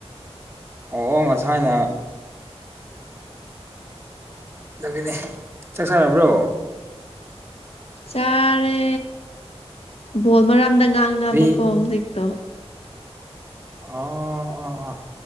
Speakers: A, on the right (about 20°); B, on the left (about 70°).
A: ꯑꯣ ꯑꯣ ꯉꯁꯥꯏꯅ ꯑꯗꯨꯒꯤꯅꯤ ꯆꯥꯛ ꯆꯥꯔꯕ꯭ꯔꯣ
B: ꯆꯥꯔꯦ ꯕꯣꯜ ꯃꯔꯝꯗ ꯉꯥꯡꯅꯕꯀꯣ
A: ꯀ꯭ꯔꯤ
B: ꯍꯧꯖꯤꯛꯇꯣ
A: ꯑꯣ ꯑꯣ ꯑꯣ